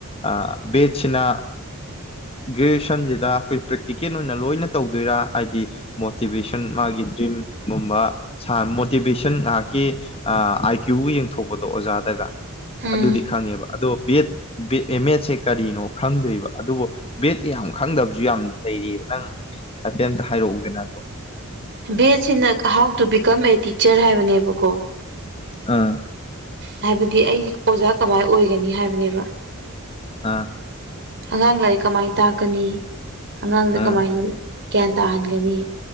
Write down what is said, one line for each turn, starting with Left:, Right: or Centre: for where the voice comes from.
Left: ꯑ ꯕꯦꯠꯁꯤꯅ ꯒ꯭ꯔꯦꯖꯨꯌꯦꯁꯟꯁꯤꯗ ꯑꯩꯈꯣꯏ ꯄ꯭ꯔꯦꯛꯇꯤꯀꯦꯜ ꯑꯣꯏꯅ ꯂꯣꯏꯅ ꯇꯧꯗꯣꯏꯔꯥ ꯍꯥꯏꯗꯤ ꯃꯣꯇꯤꯚꯦꯁꯟ ꯃꯥꯒꯤ ꯗ꯭ꯔꯤꯝ ꯒꯨꯝꯕ ꯁꯥꯟ ꯃꯣꯇꯤꯚꯦꯁꯟ ꯉꯥꯏꯍꯥꯛꯀꯤ ꯑꯥꯏ ꯀ꯭ꯌꯨ ꯕꯨ ꯌꯦꯡꯊꯣꯛꯄꯗꯣ ꯑꯣꯖꯥꯗꯒ
Right: ꯎꯝ
Left: ꯑꯗꯨꯗꯤ ꯈꯪꯉꯦꯕ ꯑꯗꯣ ꯕꯦꯠ ꯕꯦꯠ ꯑꯦꯝ ꯃꯦꯠꯁꯦ ꯀꯔꯤꯅꯣ ꯈꯪꯗ꯭ꯔꯤꯕ ꯑꯗꯨꯕꯨ ꯕꯦꯠ ꯌꯥꯝ ꯈꯪꯗꯕꯁꯨ ꯌꯥꯝ ꯂꯩꯔꯤꯑꯕ ꯅꯪ ꯍꯥꯏꯐꯦꯠ ꯑꯝꯇ ꯍꯥꯏꯔꯛꯎꯗ ꯅꯪꯕꯣ
Right: ꯕꯤ ꯑꯦꯁ ꯁꯤꯅ how to become a teacher ꯍꯥꯏꯕꯅꯦꯕꯀꯣ
Left: ꯑ
Right: ꯍꯥꯏꯕꯗꯤ ꯑꯩ ꯑꯣꯖꯥ ꯀꯃꯥꯏ ꯑꯣꯏꯒꯅꯤ ꯍꯥꯏꯕꯅꯦꯕ
Left: ꯑꯥ
Right: ꯑꯉꯥꯡ ꯂꯥꯏꯔꯤꯛ ꯀꯃꯥꯏꯅ ꯇꯥꯛꯀꯅꯤ ꯑꯉꯥꯡꯗ
Left: ꯑꯥ
Right: ꯀꯃꯥꯏꯅ ꯒ꯭ꯌꯥꯟ ꯇꯥꯍꯟꯒꯅꯤ